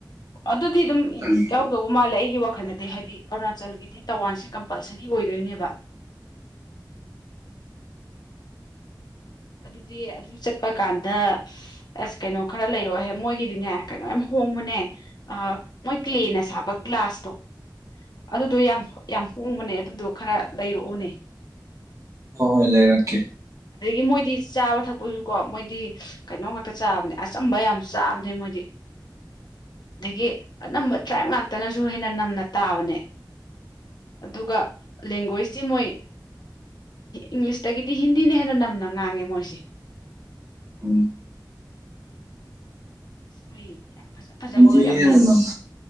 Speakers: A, on the left; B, on the right.
A: ꯑꯗꯨꯗꯤ ꯑꯗꯨꯝ
B: ꯆꯠꯂꯤꯉꯩ
A: ꯀꯧꯕ ꯃꯥꯜꯂꯦ ꯑꯩꯒꯤ ꯋꯥꯈꯜꯗꯗꯤ ꯍꯥꯏꯗꯤ ꯑꯔꯨꯅꯥꯆꯜꯒꯤꯗꯤ ꯇꯋꯥꯡꯁꯦ ꯀꯝꯄꯜꯁꯔꯤ ꯑꯣꯏꯗꯣꯏꯅꯦꯕ ꯑꯗꯨꯗꯤ ꯑꯗꯨ ꯆꯠꯄ ꯀꯥꯟꯗ ꯑꯁ ꯀꯩꯅꯣ ꯈꯔ ꯂꯩꯔꯛꯍꯦ ꯃꯣꯏꯒꯤꯗꯤꯅꯦ ꯀꯩꯅꯣ ꯌꯥꯝ ꯍꯣꯡꯕꯅꯦ ꯃꯣꯏ ꯀ꯭ꯂ꯭ꯂꯦꯅ ꯁꯥꯕ ꯒ꯭ꯂꯥꯁꯇꯣ ꯑꯗꯨꯗꯣ ꯌꯥꯝ ꯌꯥꯝ ꯍꯣꯡꯕꯅꯦ ꯑꯗꯨꯗꯣ ꯈꯔ ꯂꯩꯔꯛꯎꯅꯦ
B: ꯍꯣꯏ ꯍꯣꯏ ꯂꯩꯔꯛꯀꯦ
A: ꯑꯗꯒꯤ ꯃꯣꯏꯗꯤ ꯆꯥꯕ ꯊꯛꯄꯁꯨ ꯀꯣ ꯃꯣꯏꯗꯤ ꯀꯩꯅꯣꯝ ꯉꯥꯛꯇ ꯆꯥꯕꯅꯦ ꯑꯁ ꯑꯆꯝꯕ ꯌꯥꯝ ꯆꯥꯕꯅꯦ ꯃꯣꯏꯗꯤ ꯑꯗꯒꯤ ꯑꯅꯝꯕ ꯇ꯭ꯔꯥꯏꯞ ꯉꯥꯛꯇꯅꯁꯨ ꯍꯦꯟꯅ ꯅꯝꯅ ꯇꯥꯕꯅꯦ ꯑꯗꯨꯒ ꯂꯦꯡꯒ꯭ꯋꯦꯁꯇꯤ ꯃꯣꯏ ꯏꯪꯂꯤꯁꯇꯒꯤꯗꯤ ꯍꯤꯟꯗꯤꯅ ꯍꯦꯟꯅ ꯅꯝꯅ ꯉꯥꯡꯉꯦ ꯃꯣꯏꯁꯦ
B: ꯎꯝ
A: ꯃꯣꯏ ꯌꯥꯝ ꯐꯖ ꯐꯖꯕꯒ
B: ꯏꯟꯇꯔꯤꯔ
A: ꯌꯥꯝ ꯂꯩꯕꯅꯤ
B: ꯉ